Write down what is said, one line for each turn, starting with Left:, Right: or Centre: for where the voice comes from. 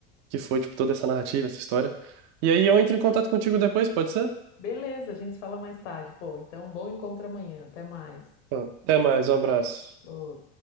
Right: que foi, tipo, toda essa narrativa, essa história. E aí eu entro em contato contigo depois, pode ser?
Left: Beleza, a gente se fala mais tarde. Pô, então, bom encontro amanhã. Até mais.
Right: Tá. Até mais, um abraço.
Left: Ô,